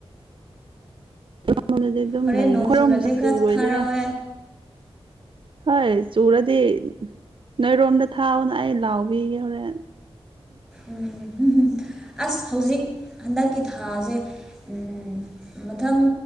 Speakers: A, on the right (about 50°); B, in the centre.
A: ꯅꯣꯡꯗꯗꯤ ꯑꯗꯨꯝ
B: ꯍꯣꯔꯦꯟ
A: ꯂꯩꯕꯔ
B: ꯅꯣꯡ
A: ꯑꯩꯈꯣꯏꯔꯣꯝꯗꯗꯤ
B: ꯆꯨꯔꯗꯤ ꯈꯔ
A: ꯆꯨꯔꯣꯏꯗꯣꯏꯔ
B: ꯊꯥꯔꯛꯑꯣ
A: ꯍꯣꯏ ꯆꯨꯔꯗꯤ ꯅꯣꯏꯔꯣꯝꯗ ꯊꯥꯎꯑꯣꯅ ꯑꯩ ꯂꯥꯎ ꯄꯤꯒꯦ ꯍꯣꯔꯦꯟ
B: ꯎꯝ ꯑꯁ ꯍꯧꯖꯤꯛ ꯍꯟꯗꯛꯀꯤ ꯊꯥꯁꯦ ꯎꯝ ꯃꯊꯪ